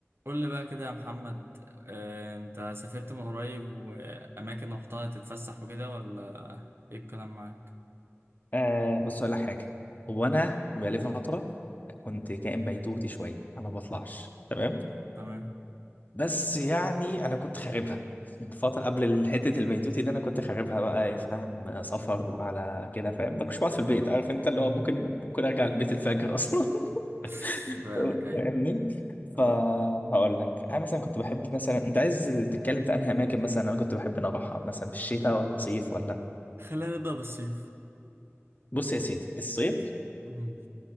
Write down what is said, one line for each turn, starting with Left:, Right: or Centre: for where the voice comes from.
Right: قول لي بقى كده يا محمد آه، انت سافرت من قريب واماكن رحتها تتفسح وكده ولا ايه الكلام معاك
Left: آه بص اقول لك حاجه هو انا بقالي فتره كنت كائن بيتوتي شويه انا ما بطلعش تمام
Right: تمام
Left: بس يعني انا كنت خاربها فتره قبل حته البيتوتي ده انا كنت خاربها بقى إيه، فاهم سفر وعلى كده فاهم ما كنتش بقعد في البيت عارف انت
Right: مم.
Left: اللي هو ممكن ممكن ارجع البيت الفجر اصلا
Right: <laughs>
Left: <laughs>
Right: فاهمك ايه
Left: فاهمني فهقول
Right: اه
Left: لك انا مثلا كنت بحب مثلا انت عايز تتكلم في انهي اماكن مثلا انا كنت بحب ان أنا اروحها مثلا في الشتاء ولا صيف ولا
Right: خلينا نبدأ بالصيف
Left: بص يا سيدي الصيف
Right: مم.